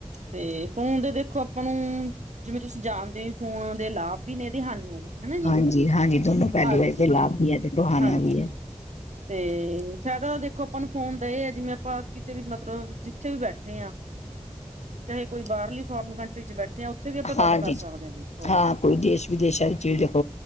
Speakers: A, on the right (about 85°); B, on the left (about 70°).
A: ਤੇ, ਫੋਨ ਤੇ ਦੇਖੋ, ਆਪਾਂ ਨੂੰ, ਜਿਵੇਂ ਤੁਸੀਂ ਜਾਣਦੇ ਹੋ। ਫੋਨ ਦੇ, ਲਾਭ ਵੀ ਨੇ, ਤੇ ਹਾਨੀਆਂ ਵੀ। ਹਨਾ ਜੀ
B: ਹਾਂਜੀ- ਹਾਂਜੀ, ਦੋਨੋ ਪਹਿਲੀ
A: ਹਾਂਜੀ
B: <unintelligible> ਵਾਰੀ ਤੇ ਲਾਭ ਭੀ ਹੈ ਤੇ। ਕਹਾਣੀਆਂ
A: ਹਾਂਜੀ।
B: <inaudible>
A: ਤੇ, ਫਾਇਦਾ ਦੇਖੋ ਆਪਾਂ ਨੂੰ, ਫੋਨ ਦਾ ਇਹ ਹੈ। ਜਿਵੇਂ ਆਪਾਂ ਕਿਤੇ ਵੀ, ਮਤਲਬ ਜਿੱਥੇ ਵੀ ਬੈਠੇ ਹਾਂ। ਕੋਈ ਬਾਹਰਲੀ, ਫੋਰਨ ਕੰਟਰੀ ਚ, ਬੈਠੇ ਆ, ਉੱਥੇ ਵੀ, ਆਪਾਂ
B: ਹਾਂਜੀ,
A: ਗੱਲ ਕਰ ਸਕਦੇ ਹਾਂ। ਦੇਖੋ
B: ਹਾਂ, ਕੋਈ ਦੇਸ਼- ਵਿਦੇਸ਼ਾਂ ਵਿੱਚ ੜੇਖ